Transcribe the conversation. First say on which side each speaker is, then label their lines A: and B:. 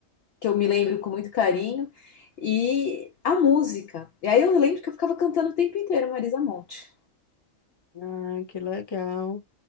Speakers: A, on the left (about 65°); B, on the left (about 25°).
A: que eu me lembro com muito carinho e a música. E aí eu lembro que eu ficava cantando o tempo inteiro Marisa Monte.
B: Ah, que legal.